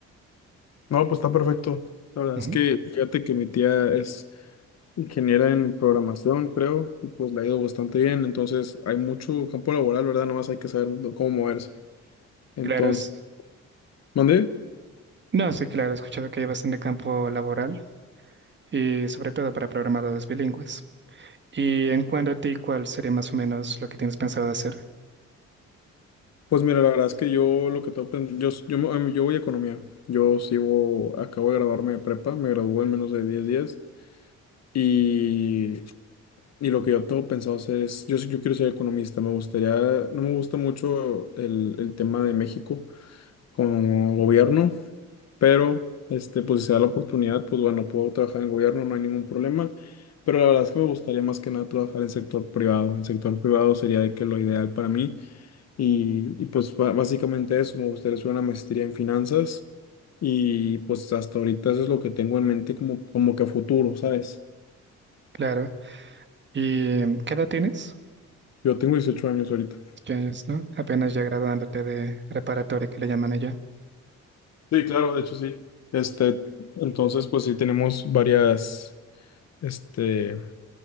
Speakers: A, on the left; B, on the right.
A: No, pues está perfecto. La verdad
B: Ujú.
A: es que fíjate que mi tía es ingeniera en programación, creo, y pues le ha ido bastante bien. Entonces hay mucho campo laboral, ¿verdad? Nomás hay que saber do- cómo moverse. Entonces,
B: Claro, es...
A: ¿mandé?
B: No, sí, claro, he escuchado que hay bastante campo laboral y sobre todo para programadores bilingües. Y en cuanto a ti, ¿cuál sería más o menos lo que tienes pensado hacer?
A: Pues mira, la verdad es que yo lo que tengo pen- yo, s- yo, me- a mí- yo voy a economía. Yo sigo, acabo de graduarme de prepa, me gradué en menos de 10 días. Y, y lo que yo tengo pensado hacer es, yo, sí- yo quiero ser economista, me gustaría, no me gusta mucho el, el tema de México como gobierno. pero este, pues si se da la oportunidad, pues bueno, puedo trabajar en gobierno, no hay ningún problema, pero la verdad es que me gustaría más que nada trabajar en sector privado, en sector privado sería de que lo ideal para mí y, y pues ba- básicamente eso, me gustaría hacer una maestría en finanzas y pues hasta ahorita eso es lo que tengo en mente como, como que a futuro, ¿sabes?
B: Claro. ¿Y em, qué edad tienes?
A: Yo tengo dieciocho años ahorita.
B: Ya es, ¿no? Apenas ya graduándote de preparatoria que le llaman allá.
A: Sí, claro, de hecho sí. Este, entonces pues sí tenemos varias, este...